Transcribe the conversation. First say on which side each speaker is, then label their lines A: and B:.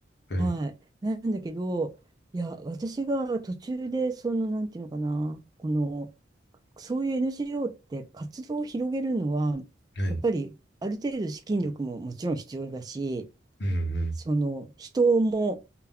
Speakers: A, on the left; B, on the right.
A: はい。
B: はい。なんだけど、いや、私が途中で、その、なんていうのかな、この、そういう NGO って活動を広げるのは、
A: はい。
B: やっぱりある程度資金力ももちろん必要だし、
A: うん
B: その人も